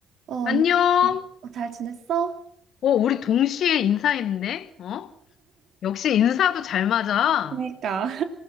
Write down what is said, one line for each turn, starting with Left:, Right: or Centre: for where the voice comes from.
Right: 어, 언니,
Left: 안녕.
Right: 어, 잘 지냈어?
Left: 어, 우리 동시에 인사했네? 어? 역시 인사도 잘 맞아.
Right: 그러니까. <laughs>